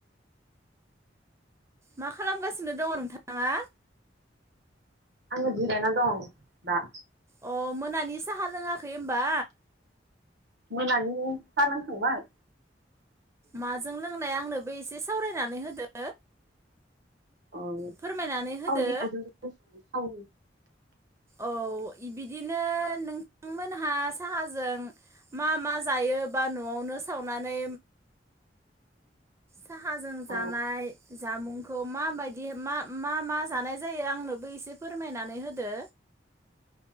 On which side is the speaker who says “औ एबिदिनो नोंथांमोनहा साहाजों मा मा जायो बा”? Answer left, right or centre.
Right